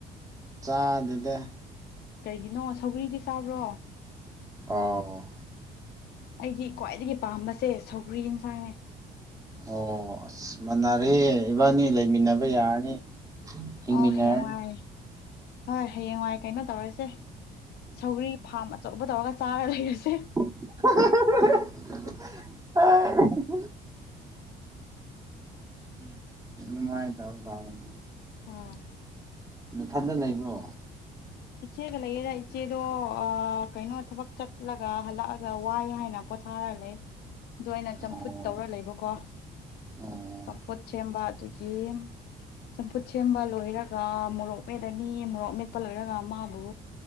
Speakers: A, on the right; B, on the left.
A: ꯆꯥ ꯑꯗꯨꯗꯦ
B: ꯀꯩꯒꯤꯅꯣ ꯁꯧꯒꯔꯤꯗꯤ ꯆꯥꯕ꯭ꯔꯣ
A: ꯑꯣ
B: ꯑꯩꯗꯤ ꯈ꯭ꯋꯥꯏꯗꯒꯤ ꯄꯥꯝꯕꯁꯦ ꯁꯧꯒ꯭ꯔꯤ ꯌꯦꯟꯁꯥꯡꯅꯦ
A: ꯑꯣ ꯑꯁ ꯃꯅꯔꯦ ꯏꯕꯥꯅꯤ ꯂꯩꯃꯤꯟꯅꯕ ꯌꯥꯔꯅꯤ ꯍꯤꯡꯃꯤꯟꯅꯔꯅꯤ
B: ꯑꯣ ꯍꯦ ꯋꯥꯥꯏ ꯍꯣꯏ ꯍꯌꯦꯡꯋꯥꯏ ꯀꯩꯅꯣ ꯇꯧꯔꯤꯁꯦ ꯁꯧꯒ꯭ꯔꯤ ꯐꯥꯝ ꯑꯆꯧꯕ ꯇꯧꯔꯒ ꯁꯔꯥ ꯂꯩꯁꯦ
A: ꯍ ꯎꯝꯥꯏ ꯇꯥꯎ ꯒꯅꯤ
B: ꯑ
A: ꯅꯊꯟꯗ ꯂꯩꯕ꯭ꯔꯣ
B: ꯏꯆꯦꯒ ꯂꯩꯌꯦꯗ ꯏꯆꯦꯗꯣ ꯀꯩꯅꯣ ꯊꯕꯛ ꯆꯠꯂꯒ ꯍꯜꯂꯛꯑꯒ ꯋꯥꯏ ꯍꯥꯏꯅ ꯄꯣꯊꯥꯔ ꯂꯩ ꯑ ꯑꯩꯅ ꯆꯝꯐꯨꯠ
A: ꯑꯣ
B: ꯇꯧꯔ ꯂꯩꯕꯀꯣ
A: ꯑꯣ
B: ꯁꯄꯠ ꯆꯦꯝꯕ ꯑꯗꯨꯒꯤ ꯆꯝꯐꯨꯠ ꯁꯦꯝꯕ ꯂꯣꯏꯔꯒ ꯃꯣꯔꯣꯛ ꯃꯦꯠꯂꯅꯤ ꯃꯣꯔꯣꯛ ꯃꯦꯠꯄ ꯂꯣꯏꯔꯒ ꯃꯥꯕꯨ